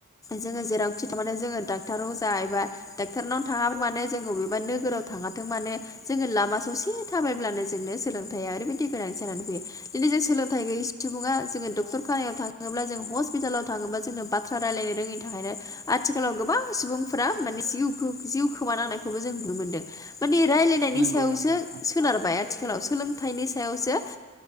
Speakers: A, on the left; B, on the right.
A: जोङो जेरावखि थारमाने जोङो डाक्टार अजा एबा डाक्ट'रनाव थाङा मानो जों अबेबा नोगोराव थाङाथों मानो। जोङो लामा ससे थाबायब्लानो जोंनो सोलोंथाइया ओरैबायदि गोनांथि जानानै फैयो दिनै जों सोलोंथाइ गोयै सुबुङा जोङो डक्टर खानायाव थाङोब्ला जों हस्पिटालाव थाङोब्ला जोंनो बाथ्रा रायलायनो रोङिनि थाखायनो आथिखालाव गोबां सुबुंफोरा माने जिउ जिउ खोमानांनाय खौबो जों नुनो मोनदों मानि रायलायनायनि
B: नंगौ
A: सायावसो
B: नंगौ नोंथां
A: सोनारबाय आथिखालाव सोलोंथाइनि सायावसो।